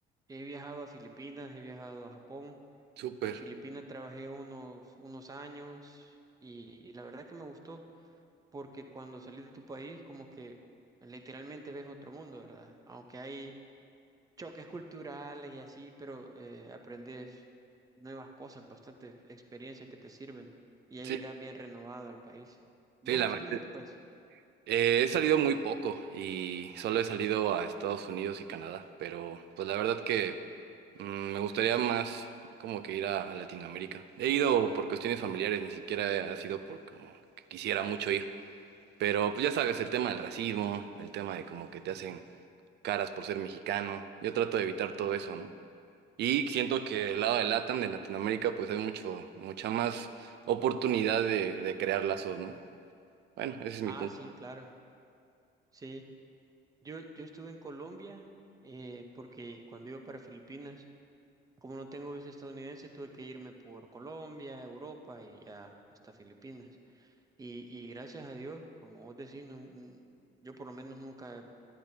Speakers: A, on the right; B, on the right.
A: he viajado a Filipinas, he viajado a Japón.
B: Súper.
A: En Filipinas trabajé unos, unos años y, y la verdad que me gustó, porque cuando salís de tu país como que literalmente ves otro mundo, ¿verdad? Aunque hay choques culturales y así, pero eh, aprendes nuevas cosas, bastante experiencias que te sirven y ya
B: Sí,
A: llegas bien renovado al país. ¿Vos
B: sí, la
A: has
B: verdad.
A: salido de tu país?
B: Eh, he salido muy poco y solo he salido a Estados Unidos y Canadá, pero pues la verdad que mm, me gustaría más como que ir a, a Latinoamérica. He ido por cuestiones familiares, ni siquiera ha sido por como que quisiera mucho ir, pero pues ya sabes, el tema del racismo, el tema de como que te hacen caras por ser mexicano, yo trato de evitar todo eso, ¿no? Y siento que el lado de LATAM, de Latinoamérica, pues hay mucho, mucha más oportunidad de, de crear lazos, ¿no? Bueno, ese es mi
A: Ah,
B: punto.
A: sí, claro, sí. Yo, yo estuve en Colombia eh, porque cuando iba para Filipinas, como no tengo visa estadounidense, tuve que irme por Colombia, Europa y ya hasta Filipinas. Y, y gracias a Dios, como vos decís, nun- nun- yo por lo menos nunca